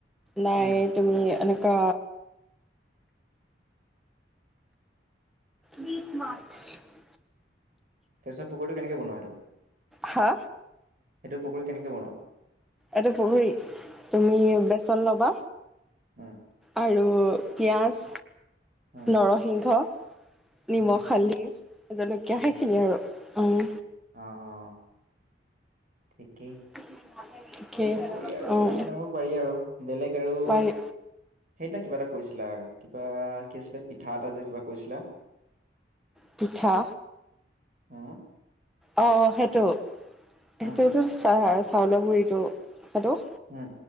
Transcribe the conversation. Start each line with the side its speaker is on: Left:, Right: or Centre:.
Centre: নাই
Right: উম
Centre: তুমি এনেকুৱা বি মাৰ্চট।
Right: <unintelligible> পকৰিটো কেনেকে বনোৱা হেতু?
Centre: হা?
Right: সেইটো পকৰী কেনেকৈ বনোৱা?
Centre: এইটো পকৰী তুমি বেচন লবা।
Right: উম
Centre: আৰু পিয়াজ
Right: উম
Centre: নৰসিংহ
Right: উম
Centre: নিমখ হালধি জলকীয়া
Right: আচ্ছা
Centre: সেইখিনি আৰু উম।
Right: অ', অ', থিকেই।
Centre: <unintelligible>
Right: পকৰি আৰু
Centre: উম,
Right: বনাব পাৰি আৰু বেলেগ আৰু
Centre: পাৰি
Right: সেইদিনা কিবা এটা কৈছিলা কিবা কি আছিলে পিঠা এটা যে কিবা কৈছিলা।
Centre: পিঠা
Right: হা?
Centre: অ, সেইটো
Right: উম
Centre: সেইটোটো চ চাউলৰ গুডৰিটো সেইটো
Right: ওম,